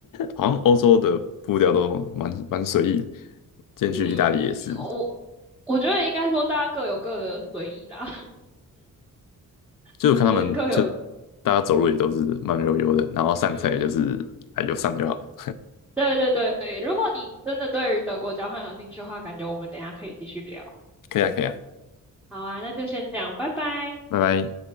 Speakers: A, on the left (about 70°); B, in the centre.
A: 好像欧洲的步调都蛮蛮随意进去意大利也是，
B: 嗯，我我觉得应该说大家各有各的随意啦，<laughs>
A: 就我看他们就
B: 就是各有
A: 大家走路也都是慢悠悠的，然后上车也就是哎有上就好。
B: 嗯，对对对。如果你真的对于德国交换有兴趣的话，感觉我们等一下可以继续聊。
A: 可以啊，可以啊，
B: 好啊，那就先这样，拜拜。
A: 拜拜。